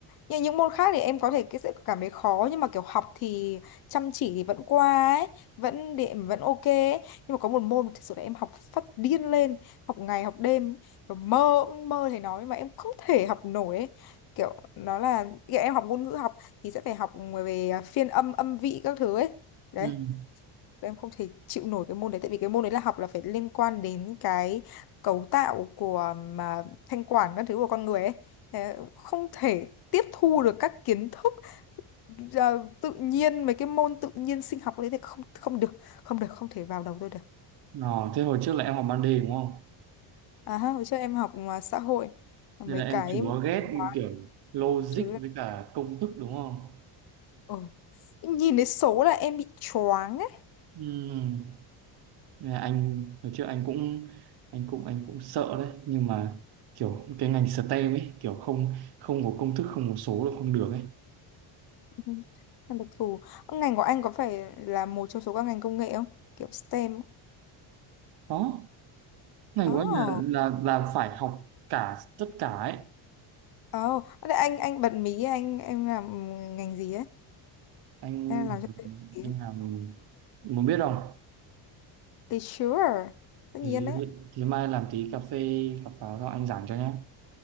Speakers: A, on the left (about 50°); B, on the right (about 50°).
A: như những môn khác thì em có thể cái sẽ cảm thấy khó nhưng mà kiểu học thì chăm chỉ thì vẫn qua ấy, vẫn điểm vẫn ok ấy. Nhưng mà có một môn thực sự là em học phát điên lên, học ngày học đêm, kiểu mơ mơ thầy nói mà em không thể học nổi ấy. Kiểu nó là kiểu em học ngôn ngữ học thì sẽ phải học về phiên âm âm vị các thứ ấy. Đấy
B: Ừ.
A: em không thể chịu nổi cái môn đấy tại vì cái môn đấy là học là phải liên quan đến cái cấu tạo của mà thanh quản các thứ của con người ấy Thế không thể tiếp thu được các kiến thức ờ, tự nhiên mấy cái môn tự nhiên sinh học đấy thì không không được không được không thể vào đầu tôi được
B: Nó, thế hồi trước là em học ban đề đúng không?
A: à ha hồi trước em học mà xã hội mấy
B: Nên là em
A: cái
B: chúa ghét
A: quá
B: kiểu logic
A: thứ là
B: với cả công thức đúng không?
A: ừ. nhìn thấy số là em bị choáng ấy
B: Ừ. Nên là anh hồi trước anh cũng anh cũng anh cũng sợ đấy nhưng mà kiểu cái ngành STEM ấy kiểu không không có công thức không có số là không được ấy.
A: Ừ. Em đặc thù Ờ, ngành của anh có phải là một trong số các ngành công nghệ không kiểu STEM
B: Đó, ngành
A: Ồ,
B: của
A: oh.
B: anh là là là phải học cả tất cả ấy.
A: Ồ, oh. anh anh bật mí anh em làm ngành gì ấy
B: Anh
A: Thế là làm cho tôi tí ấy.
B: anh làm muốn biết không?
A: thì sure tất
B: Thế,
A: nhiên đấy
B: thế mai làm tí cà phê, cà pháo xong anh giảng cho nhé.